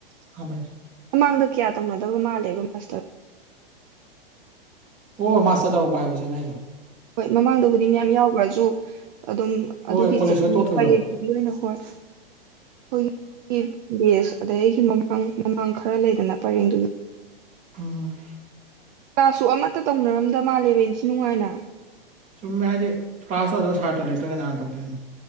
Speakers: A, on the right (about 25°); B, on the right (about 50°).
A: ꯑꯍꯥꯟꯕꯩ
B: ꯃꯃꯥꯡꯗ ꯀꯌꯥ ꯇꯧꯅꯗꯕ ꯃꯜꯂꯦꯕ ꯃꯁꯇꯔ
A: ꯎꯝ ꯑꯣ ꯃꯁꯇꯔ ꯇꯧꯔꯛꯄ ꯍꯥꯏꯕ ꯆꯦꯅ ꯍꯥꯏꯖꯦ
B: ꯍꯣꯏ ꯃꯃꯥꯡꯗꯕꯨꯗꯤ ꯃꯌꯥꯝ ꯌꯥꯎꯒ꯭ꯔꯖꯨ ꯑꯗꯨꯝ
A: ꯍꯣꯏ
B: ꯑꯗꯨꯒꯤ
A: ꯀꯣꯂꯦꯖ
B: ꯆꯍꯤ
A: ꯂꯣꯏꯔ ꯇꯣꯛꯈꯤꯕꯗꯣ
B: ꯄꯔꯦꯡꯗꯨꯒꯤ ꯑꯣꯏꯅ ꯍꯣꯏ ꯈꯣꯏꯒꯤ ꯕꯦꯁ ꯑꯗꯩ ꯑꯩꯒꯤ ꯃꯃꯥꯡ ꯃꯃꯥꯡ ꯈꯔ ꯂꯩꯗꯅ ꯄꯔꯦꯡꯗꯨꯒꯤ
A: ꯎꯝ
B: ꯀ꯭ꯂꯥꯁꯁꯨ ꯑꯃꯠꯇ ꯇꯧꯅꯔꯝꯗ ꯃꯥꯜꯂꯦꯕ ꯏꯟꯊꯤ ꯅꯨꯡꯉꯥꯏꯅ
A: ꯆꯨꯝꯃꯦ ꯍꯥꯢꯗꯤ ꯀ꯭ꯂꯥꯁ ꯇꯧꯗꯧ ꯁꯥꯇ꯭ꯔ ꯂꯩꯇ꯭ꯔ ꯀꯅꯥꯅ ꯇꯧꯗꯣꯢꯅꯦ